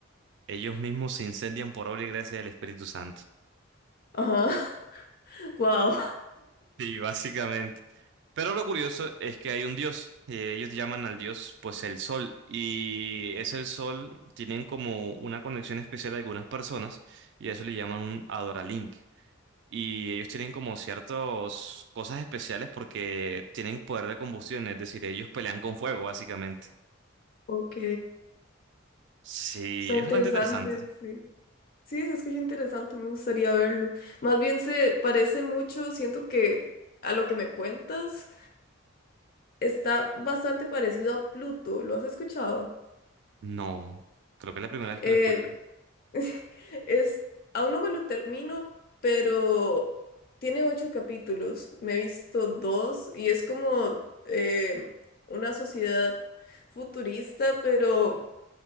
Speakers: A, on the right (about 60°); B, on the left (about 50°).
A: ellos mismos se incendian por obra y gracia del Espíritu Santo.
B: Ajá. <laughs> Wow.
A: Sí, básicamente. Pero lo curioso es que hay un dios. eh, ellos llaman al dios, pues, el sol. Y es el sol, tienen como una conexión especial a algunas personas y a eso le llaman un Adoralink. Y ellos tienen como ciertas cosas especiales porque tienen poder de combustión, es decir, ellos pelean con fuego, básicamente.
B: Ok.
A: Sí,
B: Está
A: es
B: interesante,
A: bastante interesante.
B: sí. Sí, se escucha interesante, me gustaría verlo. Más bien se parece mucho, siento que a lo que me cuentas está bastante parecido a Pluto, ¿lo has escuchado?
A: No, creo que es la primera vez
B: Eh,
A: que lo escucho.
B: <laughs> es, aún no me lo termino, pero tiene ocho capítulos, me he visto dos y es como eh, una sociedad futurista, pero